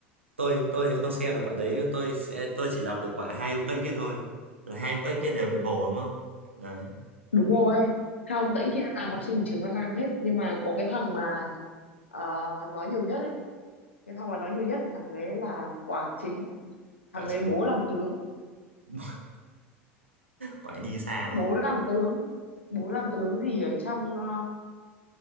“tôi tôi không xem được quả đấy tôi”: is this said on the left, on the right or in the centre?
Right